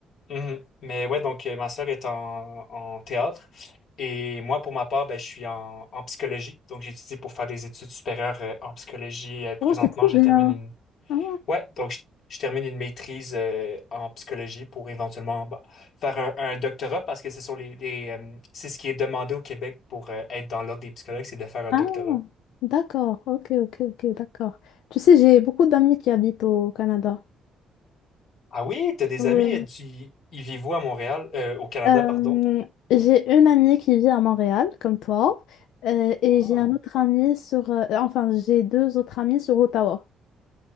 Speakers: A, on the left; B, on the left.
A: mhm. Mais ouais, donc euh, ma sœur est en, en théâtre, et moi, pour ma part, ben, je suis en, en psychologie, donc j'étudie pour faire des études supérieures euh, en psychologie. Euh, présentement,
B: Oh, c'est trop
A: j'ai
B: bien.
A: terminé
B: Ah,
A: Ouais, donc je, je termine une maîtrise euh, en psychologie pour éventuellement bah, faire un, un doctorat parce que ce sont les, les, euh, c'est ce qui est demandé au Québec pour euh, être dans l'ordre des psychologues, c'est de faire un
B: ah,
A: doctorat.
B: d'accord. Ok, ok, ok, d'accord. Tu sais, j'ai beaucoup d'amis qui habitent au Canada.
A: Ah oui, t'as des
B: Ouais.
A: amis, euh, tu, ils vivent où à Montréal, Euh, au Canada,
B: Euh,
A: pardon.
B: j'ai une amie qui vit à Montréal, comme toi, euh, et
A: Ah,
B: j'ai un autre ami sur... euh, euh, enfin, j'ai deux autres amis sur Ottawa.